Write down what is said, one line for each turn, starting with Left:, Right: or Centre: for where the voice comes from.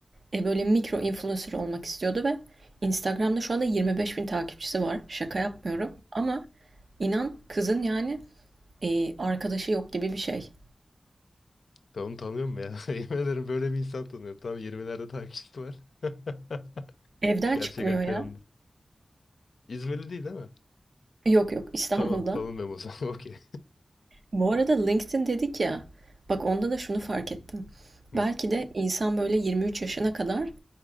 Right: e böyle mikro influencer olmak istiyordu ve Instagram'da şu anda 25 bin takipçisi var. Şaka yapmıyorum.
Left: Hı hı.
Right: Ama inan kızın yani e, arkadaşı yok gibi bir şey.
Left: Ben onu tanıyorum ya. <laughs> Yemin ederim böyle bir insan tanıyorum. Tam 20'lerde takipçisi var. <laughs>
Right: Evden
Left: Gerçek
Right: çıkmıyor
Left: hayatta
Right: ya.
Left: yalnız. İzmirli değil değil mi?
Right: Yok yok İstanbul'da.
Left: Tamam tanımıyorum o zaman. <laughs> Okey.
Right: Bu arada LinkedIn dedik ya. Bak onda da şunu fark ettim.
Left: Hı,
Right: Belki de insan böyle 23 yaşına kadar